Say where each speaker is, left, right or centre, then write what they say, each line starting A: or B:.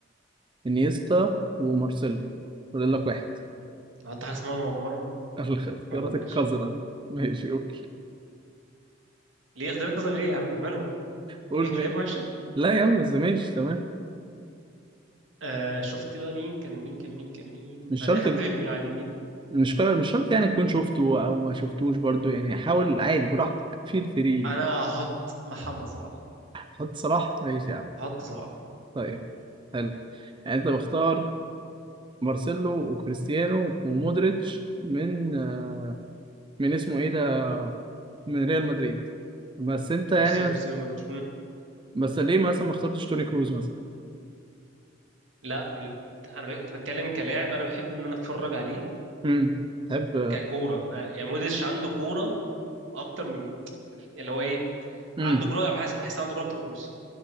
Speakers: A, on the right (about 25°); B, on the right (about 90°).
A: وانيستا ومارسيلو فاضل لك واحد
B: هحط حارس مرمى مرة
A: الاخ- <laughs> الاختيارات
B: ولا بلاش
A: القذرة دي ماشي اوكي
B: ليه اختيار كذا ليه يا عم مالهم <laughs>
A: قول
B: ايه
A: مين
B: لعيب وحشة
A: لا يا عم بس ماشي تمام
B: آه شفت بقى مين كان مين كان مين كان مين
A: مش
B: عايزين
A: شرط
B: حد في اليمين- على اليمين
A: مش كار... مش شرط يعني تكون شفته او ما شفتوش برضو يعني حاول عادي براحتك فيل فري
B: انا هحط محمد صلاح
A: حط صلاح ماشي يا عم
B: هحط صلاح
A: طيب حلو يعني انت مختار مارسيلو وكريستيانو ومودريتش من آه، من اسمه ايه ده من ريال مدريد بس انت يعني
B: مارسيلو
A: بس,
B: سيلومانش
A: بس ليه مثلا ما اخترتش توني كروز مثلا
B: لا من- انا ب... انت بتكلم كلاعب انا بحب ان انا اتفرج عليه
A: امم تحب
B: ككورة أنا... يعني مودريتش عنده كورة اكتر من <tsk> اللي هو ايه
A: امم
B: عنده كورة بحس بحس عنده كورة اكتر من كروس